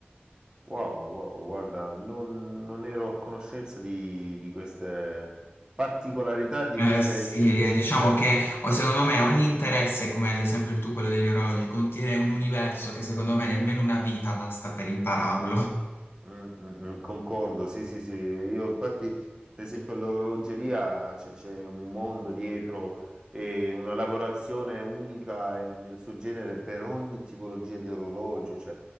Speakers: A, on the right (about 20°); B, on the left (about 70°).
A: wow, wow, guarda, non, non ero a conoscenza di, di queste particolarità, di queste
B: Eh, sì,
A: eccellenze.
B: diciamo che o secondo me ogni interesse, come ad esempio il tuo, quello degli orologi, contiene un universo che secondo me nemmeno una vita basta per impararlo.
A: Mm, mm, mm, concordo, sì, sì, sì. Io infatti, per esempio, l'orologeria cioè, c'è un mondo dietro e una lavorazione unica e nel suo genere per ogni tipologia di orologio, cioè